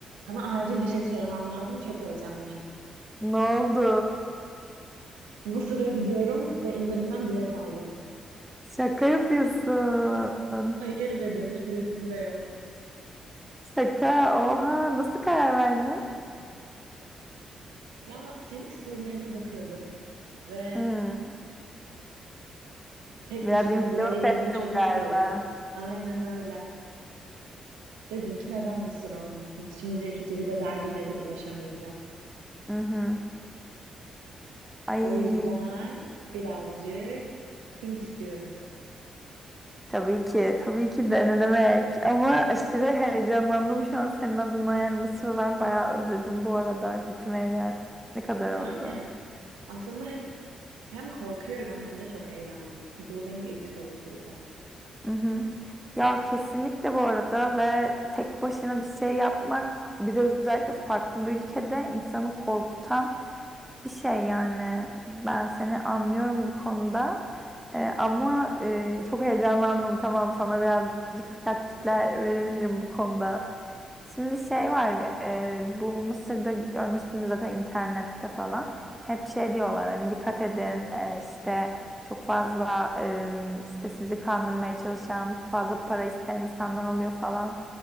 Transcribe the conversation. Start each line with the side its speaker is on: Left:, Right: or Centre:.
Right: Sana acil bir şey söylemem lazım. Çok heyecanlıyım.
Centre: Ne oldu?
Right: Mısır'a gidiyorum ve indirimden bilet aldım.
Centre: Şaka yapıyorsun.
Right: Hayır ve dönüş biletim de yok.
Centre: Şaka. Oha. Nasıl karar verdin?
Right: Ya senin storylerine bakıyordum ve
Centre: Hmm,
Right: tek
Centre: biraz
Right: başıma
Centre: influence
Right: da bir yere gitmeyi
Centre: ettim
Right: çok istiyordum.
Centre: galiba.
Right: Aynen öyle. Dedim ki neden Mısır olmasın? Şimdi hiç vize derdiyle de uğraşamayacağım.
Centre: Hı hı. Ay.
Right: O yüzden birazcık Hint istiyorum.
Centre: Tabii ki. Tabii ki de ne demek. Ama aşırı heyecanlandım şu an senin adına. Yani Mısır'ı ben bayağı özledim bu arada. Gitmeyeler. Ne kadar
Right: Yani
Centre: oldu?
Right: aslında hep hem korkuyorum hem de çok heyecanlıyım. Çünkü bu benim ilk solo tripim.
Centre: Hı hı. Ya kesinlikle bu arada ve tek başına bir şey yapmak bir de özellikle farklı bir ülkede insanı korkutan bir şey yani ben seni anlıyorum bu konuda Ee, ama e, çok heyecanlandım tamam sana birazcık taktikler verebilirim bu konuda. Şimdi şey var ya, e, bu Mısır'da görmüşsünüz zaten internette falan hep şey diyorlar hani dikkat edin e, işte çok fazla e, işte sizi kandırmaya çalışan fazla para isteyen insanlar oluyor falan